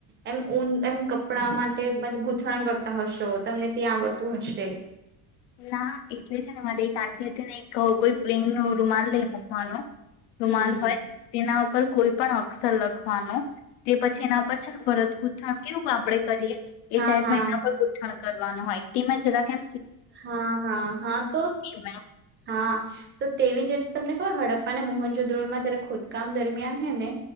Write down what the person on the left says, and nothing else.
ના એટલે છે ને મારી એક આંટીી હતી ને એક કોઈ પ્લેન ન રૂમાલ લઈ મૂકવાનો
રૂમાંલ હોય તેના પર કોઈ પણ અક્ષર લખવાનો તે પછી એના પર છે ભરતગુથણ કેવું આપડે કરીએ એ
ટાઈપમાં
એના પર ગઠણ કરવાનું હોય ટીમે જરા કે
મેં